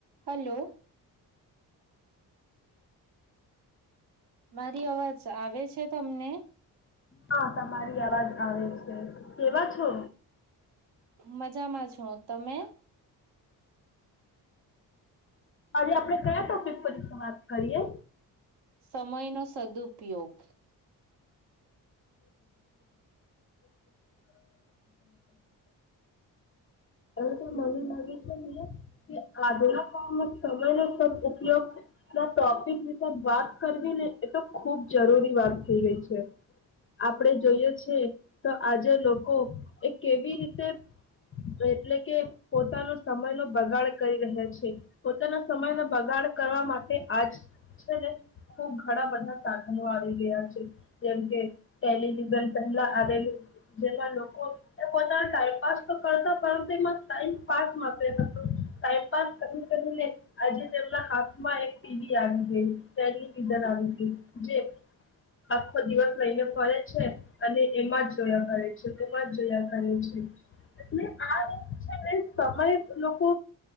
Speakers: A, on the right (about 55°); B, on the left (about 30°).
A: હલો મારી અવાજ આવે છે તમને
B: હા તમારી અવાજ આવે છે કેવા છો
A: મજામાં છો તમે
B: આજે આપડે કયા ટોપિક પર વાત કરીએ.
A: સમયનો સદઉપયોગ
B: તો મને લાગે છે ને કે આજના સમયનો સદ ઉપયોગ ના ટોપિક વિશે વાત કરવી ને એ તો ખુબ જરૂરી વાત થઈ ગઈ છે. આપણે જોઈએ છે તો આજે લોકો એ કેવી રીતે એટલે કે પોતાનો સમયનો બગાડ કરી રહ્યા છે પોતાના સમયનો બગાડ કરવા માટે આજ છે ને ખુબ ઘણા બધા સાધનો આવી ગયા છે જેમ કે પહેલી રીઝલ્ટ પહેલા આવેલું જેમાં લોકો પોતાના ટાઈમપાસ તો કરતા પરંતુ એ મા ટાઈમપાસ થશે તો ટાઈમપાસ કરી કરીને આજે તેમના હાથમાં એક ટીવી આપી દીધી ટેલિવિઝન આવી ગયુ જે આખો દિવસ લઈને કરે છે અને એમાં જ જોયા કરે છે તેમાં જ જોયા કરે છે એટલે આ લોક છે ને સમય લોકો